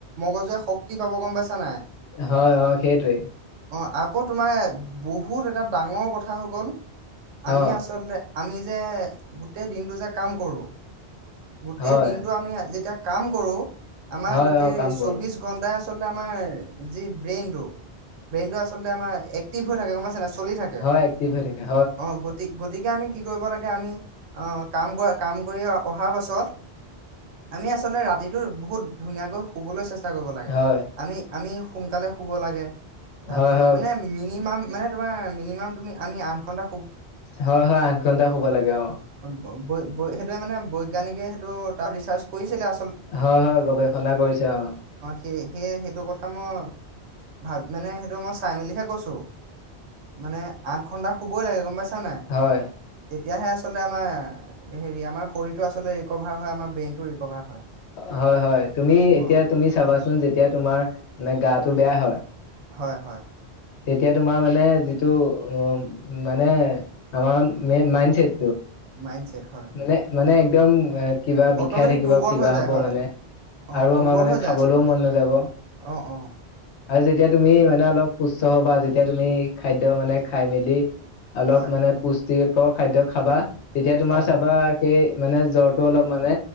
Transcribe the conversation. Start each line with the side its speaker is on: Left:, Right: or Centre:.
Right: মগজুৱে শক্তি পাব গম পাইছা নাই!
Left: হয় হয় সেইটোৱে
Right: অঁ আকৌ তোমাৰ বহুত এটা ডাঙৰ কথা হৈ গ'ল আমি
Left: অ
Right: আচলতে আমি যে গোটেই দিনটো যে কাম কৰো গোটেই
Left: হয়
Right: দিনটো আমি যেতিয়া কাম কৰোঁ আমাৰ
Left: হয়
Right: গোটেই
Left: অ কাম
Right: চৌবিশ
Left: কৰো
Right: ঘণ্টাাই আ আচলতে আমাৰ যি ব্ৰেইনটো ব্ৰেইনটো আচলতে আমাৰ এক ভ হৈ থাকে গম পইচা নাই চলি থাকে
Left: হয় একটিভ হয় থাকে
Right: অ গতি গতিকে আমি কি কৰিব লাগে আমি আহ কাম কৰা কাম কৰি অহাৰ পাছত আমি আচলতে ৰাতিটো বহুত ধুনীয়াকৈ শুবলৈ চেষ্টা কৰিব লাগে
Left: হয়
Right: আমি আমি সোনকালে শুব লাগে তাৰপিছত
Left: হয় হয়
Right: মানে মিনিমাম মানে তোমাৰ মিনিমাম তুমি আমি আঠ ঘণ্টা
Left: হয় হয় আঠ ঘন্টা শুব লাগে অ
Right: বৈ বৈ সেইটোৱে মানে বৈজ্ঞানিকে সেইটো তাত ৰিচাৰ্চ কৰিছিলে আ
Left: হয় হয় গৱেষণা কৰিছে অঁ
Right: সেয়ে সেয়ে সেইটো কথা সময় ভাব মানে সেইটো মই চাই মেলিহে কৈছো মানে আঠ ঘন্টা শুবই লাগে গম পাইছা নাই
Left: হয়
Right: তেতিয়াহে আচলতে আমাৰ হেৰি আমাৰ শৰীৰটো আচলতে ৰিকভাৰ হয় আমাৰ ব্ৰেইনটো ৰিকভাৰ হয়।
Left: হয় হয় তুমি
Right: অ'
Left: এতিয়া তুমি চাবাচোন যেতিয়া তোমাৰ মানে গাটো বেয়া হয়
Right: হয় হয়
Left: তেতিয়া তোমাৰ মানে যিটো উ মানে আমাৰ মাইণ্ডছেট
Right: মাইণ্ডছেট হয়।
Left: মানে মানে দম কিবা বিষাই
Right: অট'মেটিক
Left: থাকিব
Right: দুৰ্বল
Left: কিবা
Right: হৈ যায়
Left: হ'ব
Right: হয়।
Left: মানে
Right: অ'
Left: আৰু
Right: দুৰ্বল
Left: আমাৰ মানে
Right: হৈ
Left: খাবলৈও
Right: যায় আচলতে
Left: মন নাযাব
Right: অ' অ'
Left: আৰু যেতিয়া তুমি মানে অলপ সু্স্থ হবা যেতিয়া তুমি খাদ্য মানে খাই মেলি অলপ
Right: হয়,
Left: মানে পুষ্ট যিকৰ খাদ্য খাবা তেতিয়া তোমাৰ
Right: হয়,
Left: চাবা
Right: হয়,
Left: সেই মানে জ্বৰটো অলপ মানে